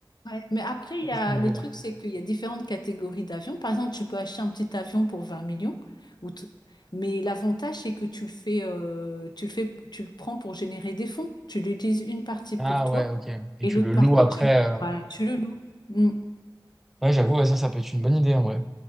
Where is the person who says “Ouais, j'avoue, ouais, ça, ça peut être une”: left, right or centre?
Centre